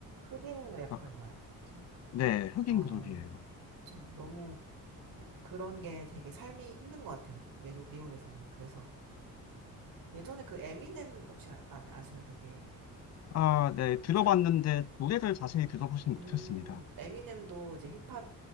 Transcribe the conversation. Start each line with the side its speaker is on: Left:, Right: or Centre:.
Right: 흑인 래퍼인가요?
Left: 막,
Right: 혹시?
Left: 네, 흑인
Right: 아,
Left: 그룹이에요.
Right: 그쵸. 너무 그런 게 되게 삶이 힘든 것 같아요. 외국, 미국에서는. 그래서 예전에 그 에미넴 혹시 아, 아- 아세요? 되게.
Left: 아, 네, 들어봤는데
Right: 저
Left: 노래를 자세히 들어보진 못했습니다.
Right: 음, 에미넴도 이제 힙합